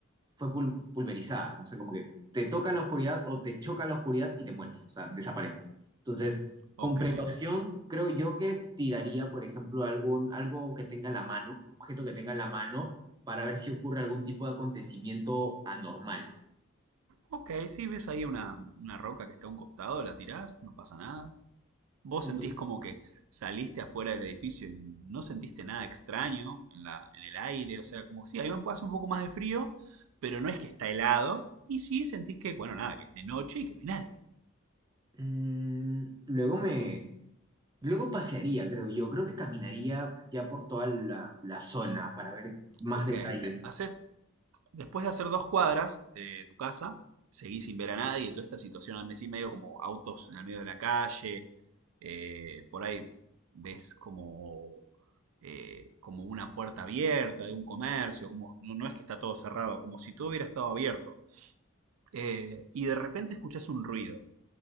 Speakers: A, on the right; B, on the right.
A: fue pul- pulverizada, no sé, como que te toca la oscuridad o te choca la oscuridad y te mueres, o sea, desapareces. Entonces,
B: Ok.
A: con precaución, creo yo que tiraría, por ejemplo, algo, algo que tenga la mano, un objeto que tenga la mano, para ver si ocurre algún tipo de acontecimiento anormal.
B: Ok, sí, ves ahí una, una roca que está a un costado, la tirás, no pasa nada. vos
A: Entonces,
B: sentís como que saliste afuera del edificio y no sentiste nada extraño en, la, en el aire, o sea, como que sí, a mí me pasa un poco más de frío, pero no es que está helado, y sí sentís que, bueno, nada, que es de noche y que no hay nadie.
A: mm, luego me... Luego pasearía, creo yo. Creo que caminaría ya por toda la, la zona para ver más
B: Ok,
A: detalle.
B: haces Después de hacer dos cuadras de tu casa, seguís sin ver a nadie, toda esta situación al mes y medio, como autos en el medio de la calle, eh, por ahí ves como, eh, como una puerta abierta de un comercio, como no, no es que está todo cerrado, como si todo hubiera estado abierto. Eh, y de repente escuchás un ruido,